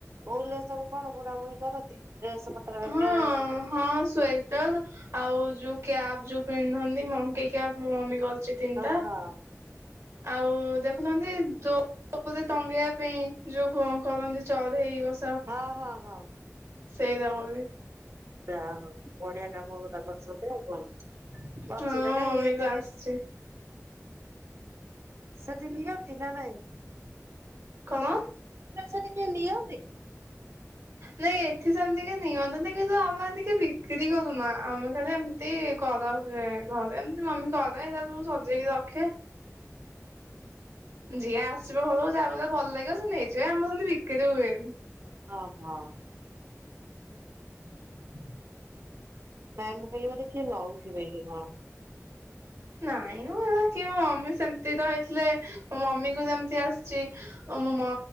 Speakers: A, on the right; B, on the right.
A: ଭଲ ସବୁ କଣ ବୁଣା ବୁଣି କରନ୍ତି? ଡ୍ରେସ ପତ୍ର ହକା
B: ହଁ ହଁ <unintelligible> ଆଉ ଯୋଉ କ୍ୟାପ୍ ଯୋଉ ପିନ୍ଧନ୍ତି ମଙ୍କି କ୍ୟାପ ମୋ ମମି ତିନିଟା
A: ହଁ ହଁ।
B: ଆଉ ଦେଖୁନାହାନ୍ତି ଯୋ କପୁଲି ରେ ଟଙ୍ଗେଇବା ପାଇଁ ଯୋଉ କରନ୍ତି ଚଢ଼େଇ ବସ୍
A: ହଁ ହଁ ହଁ।
B: ସେଇଦାମବି
A: ଡ୍ୟାମ ପଡିଆ କାମ ଗୋଟା କରଛନ୍ତି ଆଉ କଣ ବସି
B: ହଁ
A: ବେ କାହିଁକି
B: ମମିକୁ
A: ଏଇଥରେ
B: ଆସିଛି।
A: ସେଥି ନିଅତି ନା ନାଇ।
B: କଣ?
A: ସେଠି କିଏ ନିଅ
B: ନାଇ ଏଠି ସେମିତି କେଇ ନିଅନ୍ତିନି। କିନ୍ତୁ ଆମେ ହେମିତି ବିକ୍ରି କରୁନା ଆମେ ଖାଲି ଏମତି କରା ହୁଏ ଘରେ ଏମତି ମମି କ କରେ ହେରା ସବୁ ସଜେଇକି ରଖେ। ଯିଏ ଆସିବ ଘଳକୁ ଯାକୁ ଯାହା ଭଲ ଲାଗିବ ସେ ନେଇଯିବେ ଆମର ସେମିତି ବିକ୍ରି ହୁଏନି।
A: ହଁ ହଁ। ନାଇ ମୁଁ କହିଲି ବୋଧେ କିଏ ନଉଥିବେ କି କଣ?
B: ନାଇଁ ମ ହେରା କି ମୋ ମମି ସେମିତି ତ ହେଇଥିଲେ ମୋ ମମି କୁ ଯେମିତି ଆସିଛି ଆମ ମ